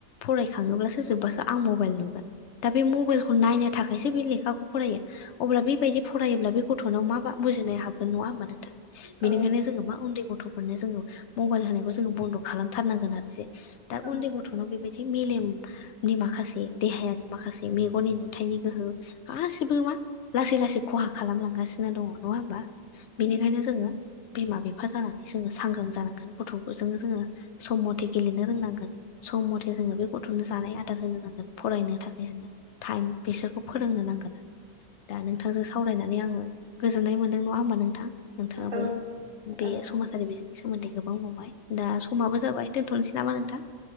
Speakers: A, on the left; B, on the right.
A: फरायखाङोब्लासो जोब्बासो आं मबाइल नुगोन दा बे मबाइलखौ नाय थाखायसो बे लेखाखौ फरायो। अब्ला बेबायदि फरायोब्ला बे गथ'नाव मा मा बुजिनाय हाबगोन नङा होमबा नोंथां?
B: औ
A: बेनिखायनो जोङो मा उन्दै गथ'फोरनो जोङो मबाइल होनायखौ जोङो बन्द' खालामथारनांगोन आरो जे दा
B: औ
A: उन्दै गथ'नो बेबायदि मेलेमनि माखासे देहायारि माखासे मेगननि नो हाथायनि गोहो गासिबो मा लासै लासै खहा खालामलांगासिनो दङ नङा होमबा बेनिखायनो
B: उम,
A: जोङो बिमा बिफा जानानै जोङो सांग्रां जानांगोन गथ'फोरजोंनो जोङो सम मथे गेलेनो रोंनांगोन। सम मथे जोङो बे गथ'नो जानाय आदार होनो नांगोन फरायनो थाखाय जोङो टाइम बिसोरखौ फोरोंनो नांगोन। दा नोंथांजों सावरायनानै आङो गोजोननाय मोनदों नङा होमबा नोंथां? नोंथाङाबो
B: औ औ
A: बे समाजारि बिजोंनि सोमोन्दै गोबां बुंंबाय दा समाबो जाबाय दोनथ'नोसै नामा नोंथां?